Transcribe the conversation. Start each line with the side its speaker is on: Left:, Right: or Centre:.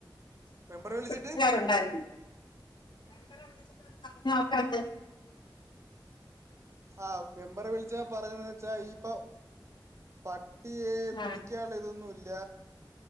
Right: മെമ്പറെ വിളിച്ചിട്ട്
Left: വീട്ടുകാരുണ്ടായിരുന്നു <inaudible>
Right: ആഹ് മെമ്പറെ വിളിച്ച പറഞ്ഞതെന്താ വെച്ചാ ഇപ്പൊ പട്ടിയെ
Left: ആ
Right: പിടിക്കാള്ള ഇതൊന്നൂല്ല